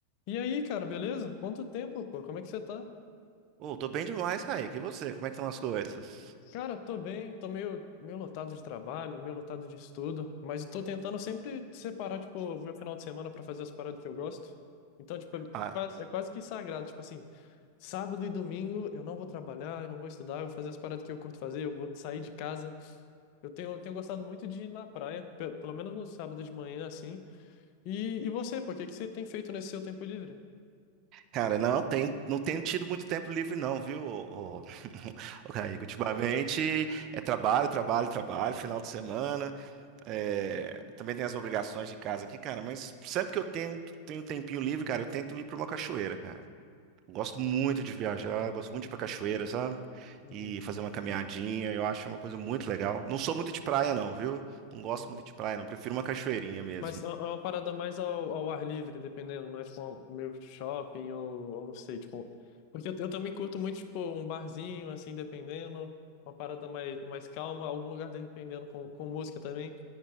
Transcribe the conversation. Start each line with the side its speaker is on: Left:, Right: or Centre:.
Left: E aí, cara, beleza? Quanto tempo, pô? Como é que você tá?
Right: Ô, tô bem demais, Kaique. E você? Como é que estão as coisas?
Left: Cara, tô bem, tô meio, meio lotado de trabalho, meio lotado de estudo, mas tô tentando sempre separar, tipo, meu final de semana pra fazer as paradas que eu gosto. Então, tipo, é
Right: Ah,
Left: quase, é quase que sagrado, tipo assim, sábado e domingo eu não vou trabalhar, eu não vou estudar, eu vou fazer as paradas que eu curto fazer, eu vou sair de casa. Eu tenho, eu tenho gostado muito de ir na praia, pe- pelo menos no sábado de manhã, assim. E, e você, pô, o que que você tem feito nesse seu tempo livre?
Right: cara, não tem, não tenho tido muito tempo livre, não, viu, ô, ô, <laughs> ô, Kaique? Ultimamente é trabalho, trabalho, trabalho, final de semana. é, também tem as obrigações de casa aqui, cara. Mas sempre que eu tento, tenho um tempinho livre, cara, eu tento ir pra uma cachoeira, cara. Eu Gosto muito de viajar, gosto muito de ir pra cachoeira, sabe?
Left: Uhum,
Right: E fazer uma caminhadinha, eu acho uma coisa muito legal. Não sou muito de praia, não, viu? Não gosto
Left: uhum.
Right: muito de praia, não. Prefiro uma cachoeirinha mesmo.
Left: Mas é uma parada mais ao, ao ar livre, dependendo, não é tipo ao- meio shopping ou, ou não sei, tipo. Porque eu, eu também curto muito, tipo, um barzinho, assim, dependendo, uma parada mais, mais calma, algum lugar dependendo com, com música também.